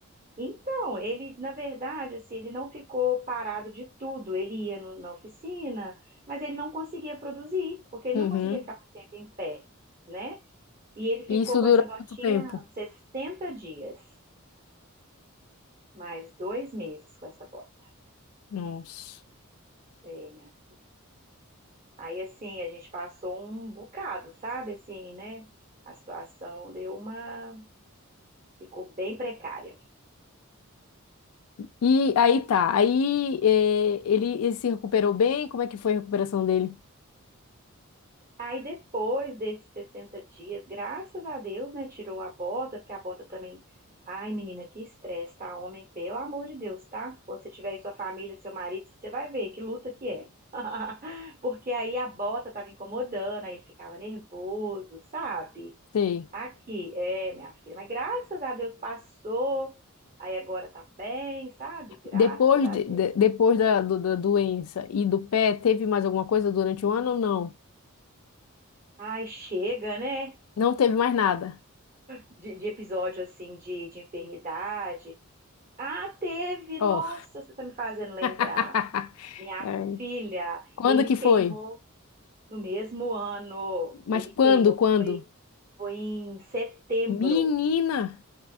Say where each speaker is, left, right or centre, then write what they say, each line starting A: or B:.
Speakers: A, on the right; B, on the left.
A: Então, ele, na verdade, assim, ele não ficou parado de tudo. Ele ia no- na oficina, mas ele não conseguia produzir, porque ele
B: Uhum.
A: não conseguia ficar mais tempo em pé, né? E ele ficou
B: E isso
A: com
B: durou
A: essa botinha
B: quanto tempo?
A: 60 dias, mais dois meses com essa bota.
B: Nossa.
A: É, minha. Aí, assim, a gente passou um bocado, sabe? Assim, né? A situação deu uma. Ficou bem precária.
B: E aí tá, aí é, ele, ele se recuperou bem? Como é que foi a recuperação dele?
A: Aí depois desses 60 dias, graças a Deus, né, tirou a bota, porque a bota também. Ai, menina, que estresse, tá? Homem, pelo amor de Deus, tá? Quando você tiver aí sua família, seu marido, você vai ver que luta que é. <laughs> Porque aí a bota tava incomodando, aí ele ficava nervoso, sabe?
B: Sei.
A: Aqui, é, minha filha, mas graças a Deus passou. Aí agora tá bem, sabe? Graças
B: Depois,
A: a
B: de-
A: Deus.
B: de- depois da, do- da doença e do pé, teve mais alguma coisa durante o ano ou não?
A: Ai, chega, né?
B: Não teve mais nada.
A: De, de episódio assim de, de enfermidade. Ah, teve!
B: Ó.
A: Nossa, você está me fazendo lembrar.
B: <laughs>
A: Minha
B: É.
A: filha,
B: Quando
A: ele
B: que
A: queimou
B: foi?
A: no mesmo ano.
B: Mas
A: Ele
B: quando,
A: queimou,
B: quando?
A: foi, foi em setembro.
B: Menina!